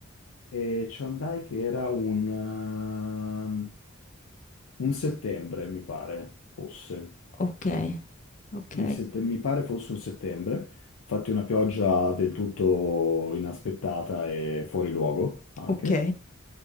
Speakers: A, on the left; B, on the left.
A: eh. E ci andai che era un, ehm, un settembre, mi pare, fosse.
B: Ok, ok,
A: mi, sette- mi pare fosse un settembre, infatti una pioggia del tutto inaspettata e fuori luogo anche.
B: ok,